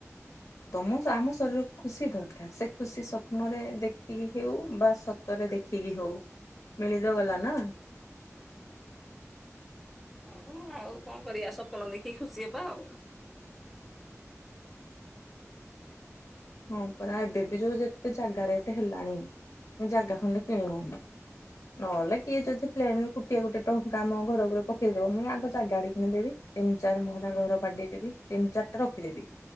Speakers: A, on the left; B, in the centre.
A: ତମ ଆମ ଶରୀରକୁ ଖୁସି ଦରକାର ସେ ଖୁସି ସ୍ୱପ୍ନରେ ଦେଖିକି ହେଉ ବା ସ ତରେ ଦେଖିକି ହଉ ମିଳି ତ ଗଲା ନା।
B: ହଁ ଆଉ କଣ କରିବା ସ୍ୱପ୍ନ ଦେଖିକି ଖୁସି ହେବା ଆଉ।
A: ହଁ ପରା ଏବେ ବି ଯୋଉ ଯେତେ ଜାଗା ରେଟ ହେଲାଣି ଜାଗା ଖଣ୍ଡେ କିଣିହଉନି। ନହେଲେ କିଏ ଯଦି ପ୍ଲେନରୁ ଗୋଟିଏ ଗୋଟିଏ ଟଙ୍କା ଆମ ଘର ଉପରେ ପକେଇଦବ ମୁଁ ଆଗ ଜାଗା ଆଡ କିଣିଦେବି। ତିନି ଚାରି ମହଲା ଘର ବାଡେଇଦେବି ତିନି ଚାରଟା ରଖିଦେବି।